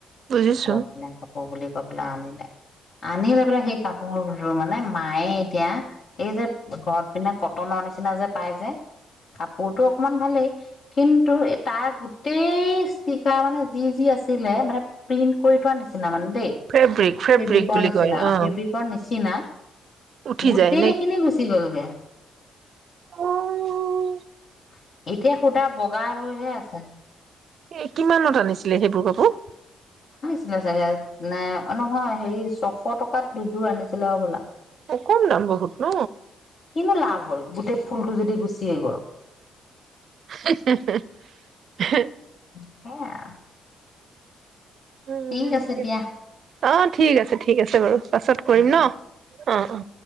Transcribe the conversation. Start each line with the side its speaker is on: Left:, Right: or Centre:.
Right: বুজিছো
Left: ঘৰত পিন্ধা কাপোৰ বুলি।। গৈ পেলায় আনিলে। আনি লৈ পেলাই সেই কাপোৰ দুযোৰৰ মানে মায়ে এতিয়া। এই যে ঘৰত পিন্ধা কটনৰ নিচিনা যে পাই যে কাপোৰটো অকণমান।। ভালেই, কিন্তু তাৰ গোটেই ইষ্টিকাৰ মানে যি যি আছিলে মানে প্ৰিন্ট কৰি থোৱা নিচিনা মানে।। ফে
Right: ফেব্ৰিক ফেব্ৰিক
Left: ফেব্ৰিকৰ
Right: বুলি
Left: নিচিনা
Right: কয় অ',
Left: ফেব্ৰিকৰ নিচিনা।। নিচিনা।
Right: উঠি
Left: গোটেই
Right: যায়
Left: খিনি গুচি গ'লগে।
Right: উ উ। <unintelligible>
Left: <inaudible> এতিয়া সূতা বগা হৈ হে আছে।।
Right: এ কিমানত আনিছিলে সেইবোৰ কাপোৰ?
Left: হয় চাগে নে অ নহয় হেৰি ছশ টকাত দুযোৰ আনিছিলে হ'বলা।।
Right: অ কম দাম বহুত ন
Left: কিনো লাভ হ'ল গোটেই ফুলটো যদি গুচিয়েই গ'ল?
Right: হে হে হে হে।
Left: অ এই আ।
Right: উম,
Left: ঠিক আছে দিয়া।
Right: অ, ঠিক আছে ঠিক আছে বাৰু। পাছত কৰিম
Left: উম উম
Right: ন অ অ।